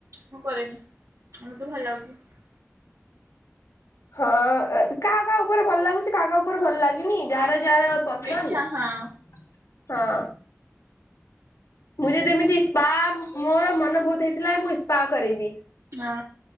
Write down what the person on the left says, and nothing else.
ହଁ କାହା କାହା ଉପରେ ଭଲ ଲାଗୁଛି କାହା କାହା ଉପରେ ଭଲ ଲାଗନି ଯାହାର ଯା ପସନ୍ଦ
ହଁ
ମୁଁ ଯଦି ଏମିତି ସ୍ପା ମୋର ମନ ବହୁତ ହେଇଥିଲା ମୁଁ ଇସ୍ପା କରେଇବି